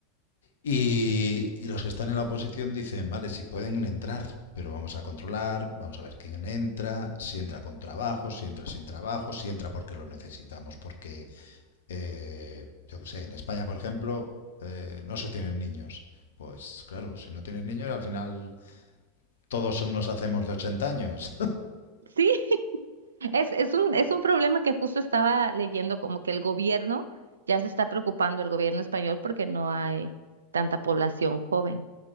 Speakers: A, on the left (about 65°); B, on the right (about 75°).
A: y, y los que están en la oposición dicen, vale, si pueden entrar, pero vamos a controlar, vamos a ver quién entra, si entra con trabajo, si entra sin trabajo, si entra porque lo necesitamos, porque, eh, yo qué sé, en España, por ejemplo, eh, no se tienen niños. Pues claro, si no tienes niños, al final todos nos hacemos de 80 años.
B: sí, <laughs> es, es un, es un problema que justo estaba leyendo, como que el gobierno ya se está preocupando, el gobierno español, porque no hay tanta población joven.